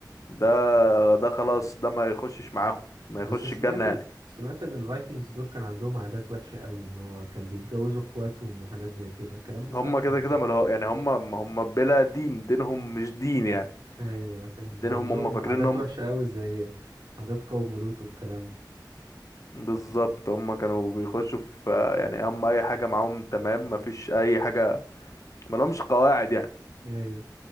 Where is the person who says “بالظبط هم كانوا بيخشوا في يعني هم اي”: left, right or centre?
Left